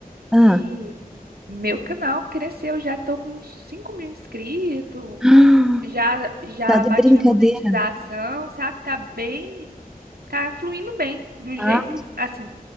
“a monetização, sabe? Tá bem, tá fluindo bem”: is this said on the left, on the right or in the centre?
Right